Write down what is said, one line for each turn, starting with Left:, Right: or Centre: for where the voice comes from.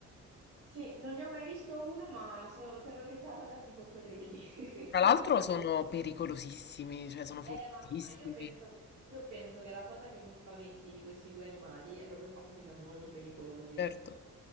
Right: Sì, non ne ho mai visto uno, ma sono terrorizzata da sti coccodrilli. <laughs>
Left: Tra l'altro
Right: Cioè, boh.
Left: sono pericolosissimi, cioè sono fortissimi.
Right: Eh, ma, ma io penso, io penso che la cosa che mi spaventi di questi due animali è proprio il fatto che siano molto pericolosi.
Left: Certo.